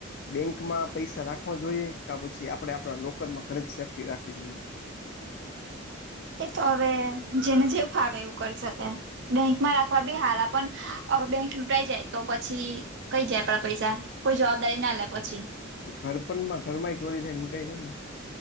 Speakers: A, on the left; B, on the right.
A: બેંકમાં પૈસા રાખવા જોઈએ કે પછી આપડે આપણા લોકલમાં ઘરે જ સેફ્ટી રાખવી જોઈએ.
B: કે તો હવે જેને જેવું ફાવે એવું કરી શકે. બેંકમાં રાખવા બી હારા પણ બેંક લૂંટાઈ જાય તો પછી. કઈ જાય આપડા પૈસા કોઈ જવાબદારી ના લે પછી.
A: તો ઘર પણ માં ઘર ચોરી થાય ને લૂંાઈ જાય ને.